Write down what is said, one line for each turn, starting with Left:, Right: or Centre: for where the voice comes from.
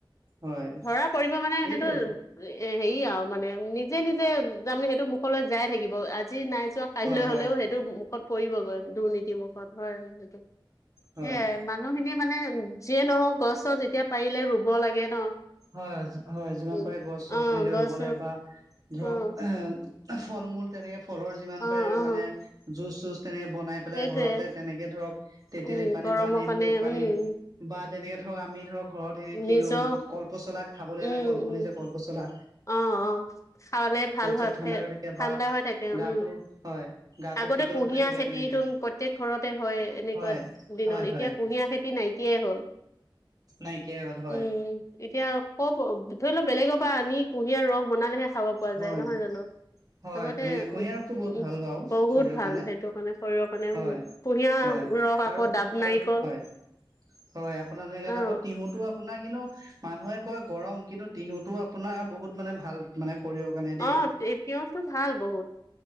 Right: হয়
Left: ধৰা পৰিব মানে
Right: সেইটোৱে
Left: সেইটো, এ হেৰি আৰু মানে নিজে নিজে তাৰমানে সেইটো মুখলৈ যাই থাকিব আজি নাই যোৱা। কাইলৈ
Right: হয় হয়
Left: হলেও সেইটো মুখত পৰিবগৈ দুৰ্নীতিৰ মুখত হয় সেইটো,
Right: হয়
Left: এয়াই মানুহখিনিয়ে মানে যিয়ে নহওক গছ চছ এতিয়া পাৰিলে ৰুব লাগে ন।
Right: হয় হয় যিমান
Left: উম
Right: পাৰে গছ চছ
Left: অ
Right: তেনেকে
Left: গছ
Right: ৰুব লাগে বা ধৰক
Left: অ
Right: এ ফল মূল তেনেকে ফলৰ যিমান
Left: অ
Right: পাৰে
Left: অ
Right: মানে জুচ চুচ তেনেকে বনাই পেলাই
Left: সেইটোৱে
Right: ঘৰতে তেনেকে ধৰক তেতেলী
Left: উম
Right: পানী
Left: গৰমৰ
Right: বা নেমুত
Left: কাৰণে
Right: পানী,
Left: উম
Right: বা তেনেকে ধৰক আমি ধৰক ঘৰত এনে কি
Left: নিজৰ
Right: কলপচলা খাবলৈ
Left: উম
Right: আনা কলপুলি
Left: উম
Right: যে কলপচলা।
Left: অ অ খাবালে ভাল হয়
Right: চেট ঠাণ্ডা হৈ থাকে
Left: ঠাণ্ডা
Right: বা
Left: হৈ থাকে
Right: গাটো
Left: উম।
Right: হয় গাটো
Left: আগতে
Right: শীতল
Left: কুঁহিয়াৰ
Right: হৈ থাকে
Left: খেতিতো
Right: তেনেকে
Left: প্ৰত্যয়েক ঘৰতে হয় এনেকুৱা
Right: হয়
Left: দিনত
Right: হয়
Left: এতিয়া
Right: হয়
Left: কুঁহিয়াৰ খেতি নাইকিয়াই হ'ল।
Right: নাইকিয়াই হ'ল হয়
Left: উম এতিয়া কব ধৰি লও বেলেগৰ পৰা আনি কুঁহিয়াৰ ৰস বনালেহে খাব পৰা
Right: হয়
Left: যায় নহয় জানো।
Right: হয়
Left: আগতে
Right: তেনেকে কুঁহিয়াৰ
Left: উ
Right: ৰসটো বহুত
Left: উ
Right: ভাল বাৰু
Left: বহুত
Right: শৰীৰৰ
Left: ভাল সেইটো কাৰণে শৰীৰৰ কাৰণে
Right: হয়
Left: উ, কুহিয়াৰ
Right: হয়
Left: ৰস
Right: আৰু
Left: আকৌ দাব
Right: আৰু
Left: নাৰিকল।
Right: হয় হয় আপোনাৰ জেগাত
Left: অ
Right: আকৌ তিহুতো আপোনাৰ কিন্তু মানুহে কয় গৰম কিন্তু তিহুটো আপোনাৰ বহুত মানে ভাল মানে শৰীৰৰ, কাৰণে দেই
Left: অ তিয়হটো ভাল বহুত।